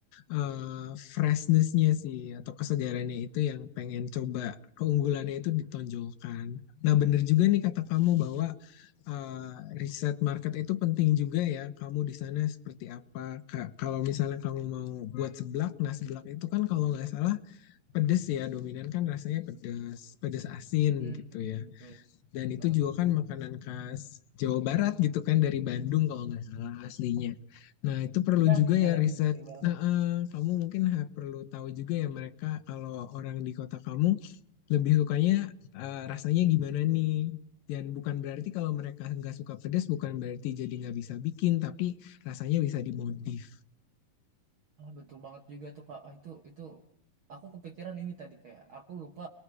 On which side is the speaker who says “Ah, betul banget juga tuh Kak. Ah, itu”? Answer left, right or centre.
Right